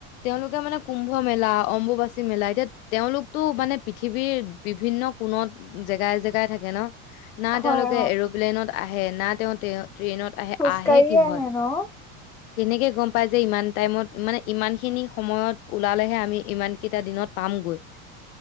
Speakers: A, on the left; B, in the centre.
A: তেওঁলোকে মানে কুম্ভ মেলা, অম্বুবাচী মেলা, এতিয়া তেওঁলোকতটো মানে পৃথিৱীৰ বিভিন্ন কোণত জেগাই জেগাই থাকে ন। না
B: হয়
A: তেওঁলোকে
B: অ
A: এৰপ্লেইনত, আহে না তেওঁতে ট্ৰেইনত আহে,
B: খোজকাঢ়িয়ে
A: আহে কিহত?
B: আহে ন
A: তেনেকে গম পাই যে ইমান টাইমত, মানে ইমান খিনি সময়ত ওলালেহে আমি ইমান কেইটা দিনত পামগৈ।